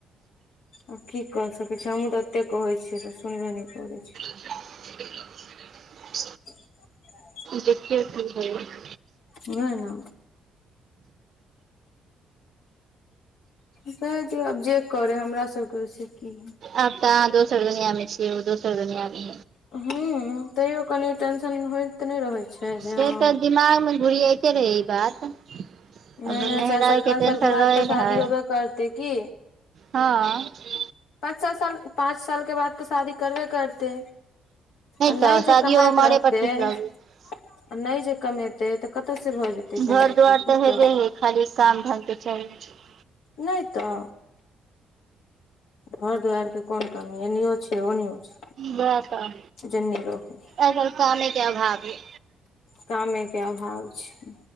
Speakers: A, on the left (about 75°); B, on the right (about 55°).
A: आ की क सकैत छियै, हमहुँ तऽ एते कहै छियै तऽ सुनबे नहि करै छै।
B: <inaudible>
A: <inaudible>
B: देखियौ की होइये।
A: नहि ने। जाय दियौ आब जे करै, हमरा सबके ओइ से की।
B: आब तऽ अहाँ दोसर दुनिया मे छियै ओ दोसर दुनिया मे।
A: हुं, तैयो कनि टेंशन होय नहि रहै छै।
B: से
A: जे हँ
B: तऽ दिमाग मे घुरियाइते रहै ई बात।
A: नहि
B: नहराके
A: नहि चारि साल पाँच
B: टेंशन
A: साल के बाद
B: रहै
A: तऽ
B: ने
A: शादी
B: है।
A: होबे करतै की
B: हँ।
A: पाँच सात साल, पाँच साल के बाद तऽ शादी करबे कर तै, आ नहि
B: तऽ शादियो
A: जे कमाइत
B: उमरे
A: रहतै
B: पर ठीक
A: आ
B: लागैये
A: नहि जे कमेतै तऽ कतऽ से भऽ जेतै
B: घर
A: केना
B: दुआर
A: की कहतै।
B: तऽ हेबे हइ खाली काम ढंग के चाही
A: नै तऽ। घर दुआरि के कोन कमी एनो छै ओनो छै।
B: वैह तऽ,
A: जेन्नी रहू
B: असल कामे के अभाव ये।
A: कामेके अभाव छै।